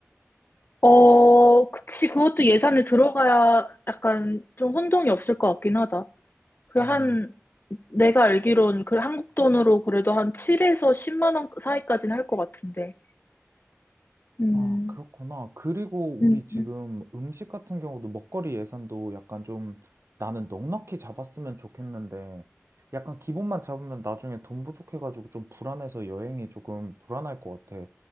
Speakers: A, on the left; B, on the right.
A: 어, 그치, 그것도 예산에 들어가야 약간 좀 혼동이 없을 것 같긴 하다. 그 한,
B: 음.
A: 내가 알기론 그 한국 돈으로 그래도 한 7에서 10만 원 사이까지는 할 것 같은데. 음,
B: 아, 그렇구나. 그리고 우리
A: 음,
B: 지금
A: 음,
B: 음식 같은 경우도 먹거리 예산도 약간 좀 나는 넉넉히 잡았으면 좋겠는데 약간 기본만 잡으면 나중에 돈 부족해가지고 좀 불안해서 여행이 조금 불안할 것 같아.